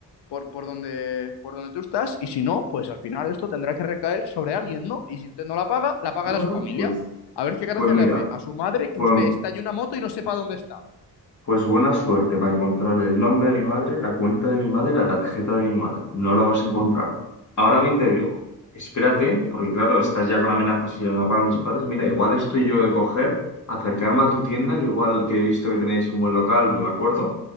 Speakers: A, on the left; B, on the left.
A: por, por donde, por donde tú estás y si no, pues al final esto tendrá que recaer sobre alguien, ¿no? Y si usted no la paga, la pagará
B: Bueno,
A: su familia.
B: pues,
A: A ver qué gracia
B: pues mira,
A: le hace a su madre que
B: pues,
A: usted está en una moto y no sepa dónde está.
B: pues buena suerte para encontrar el nombre de mi madre, la cuenta de mi madre y la tarjeta de mi madre. No la vas a encontrar. Ahora bien te digo, espérate, porque claro, estás ya con amenazas y van a pagar mis padres. Mira, igual estoy yo de coger, acercarme a tu tienda, que igual que he visto que tenéis un buen local, me acuerdo,